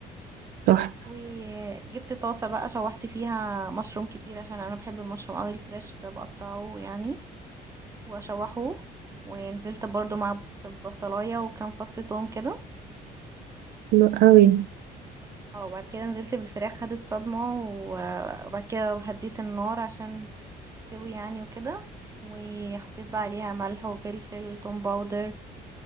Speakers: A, on the right; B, on the right.
A: صح
B: وجبت طاسه بقى شوحت فيها مشروم كتير عشان انا بحب المشروم قوي الفريش ده بقطعه يعني واشوحه ونزلت برضو مع في بصلايه وكام فص توم كده
A: حلو قوي
B: اه وبعد كده نزلت بالفراخ خدت صدمة و- وبعد كده هديت النار عشان تستوي يعني وكده وحطيت بقى عليها ملح وفلفل توم باودر